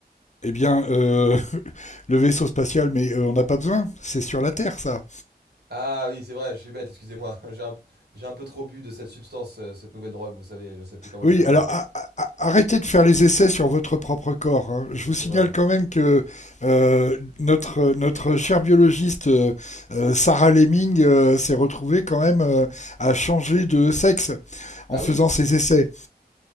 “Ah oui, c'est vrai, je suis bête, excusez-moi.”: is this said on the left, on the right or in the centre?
Right